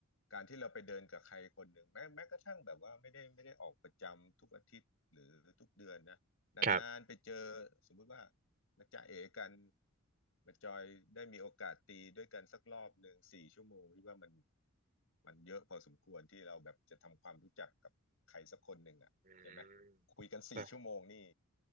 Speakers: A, on the left (about 70°); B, on the right (about 40°).
A: การที่เราไปเดินกับใครคนหนึ่งแม้แม้กระทั่งแบบว่าไม่ได้ไม่ได้ออกประจำทุกอาทิตย์หรือทุกเดือนนะนานๆไปเจอสมมุติว่า
B: ครับ
A: มาจะเอกันมาจอยได้มีโอกาสตีด้วยกันสักรอบหนึ่งสี่ชั่วโมงพี่ว่ามันมันเยอะพอสมควรที่เราแบบจะทำความรู้จักกับใครสักคนหนึ่งอ่ะใช่ไหม
B: อื
A: คุยกันสี่ชั่วโมงนี่
B: ม